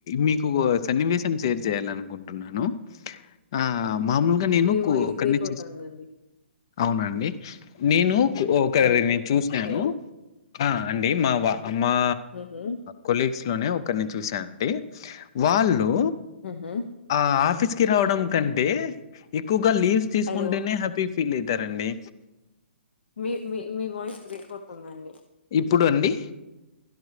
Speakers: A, on the left (about 20°); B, on the left (about 65°).
A: మీకు ఒ సన్నివేశం షేర్ చేయాలి అనుకుంటున్నాను ఆ మామూలుగా నేను
B: మీ
A: కో
B: వాయిస్
A: ఒకరిని
B: బ్రేక్ అవుతుందండి
A: చూస్ అవునండి నేనూ ఒకరిని
B: హలో
A: చూసినాను
B: హలో
A: ఆ అండి మావా అమ్మా
B: ఉహు
A: కొలీగ్స్ లోనే ఒకరిని చూశాను టె వాళ్ళు
B: ఉహు
A: ఆ ఆఫీస్ కి రావడం కంటే ఎక్కు గా లీవ్స్ తీసుకుంటేనే
B: హలో
A: హ్యాపీ ఫీల్ది టరండి
B: మీ మీ మీ వాయిస్ బ్రేక్ అవుతుందండి
A: ఇప్పుడు అండి